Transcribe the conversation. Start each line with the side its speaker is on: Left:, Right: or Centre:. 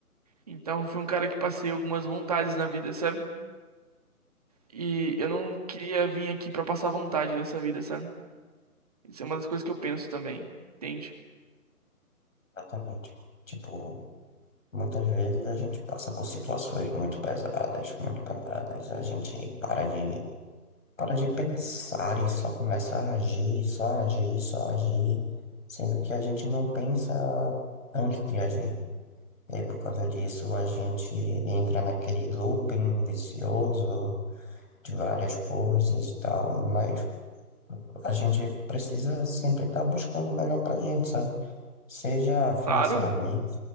Right: Então eu fui um cara que passei algumas vontades na vida, sabe? E eu não queria vir aqui pra passar vontade nessa vida, sabe? Isso é uma das coisas que eu penso também, entende?
Left: Exatamente. Tipo, muitas vezes a gente passa por situações muito pesadas, muito pesadas, a gente para de, para de pensar e só começa a agir, só agir, só agir, sendo que a gente não pensa antes de agir. E por causa disso a gente entra naquele looping vicioso de várias coisas e tal, e- mas a gente precisa sempre estar buscando o melhor pra gente, sabe? Seja financeiramente,
Right: Claro.